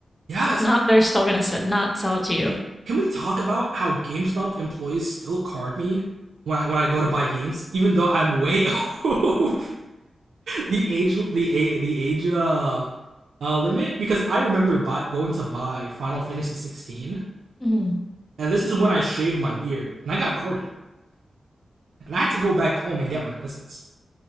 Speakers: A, on the right; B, on the left.
A: Yes,
B: If not, they're still going to not sell it to you.
A: Can we talk about how GameStop employees still card me when I when I go to buy games, even though I'm way <laughs> over the age the a the age uh, uh limit? Because I remember buy, going to buy Final Fantasy 16,
B: hmm
A: and this is when I shaved my beard, and I got carded, and I had to go back home and get my license.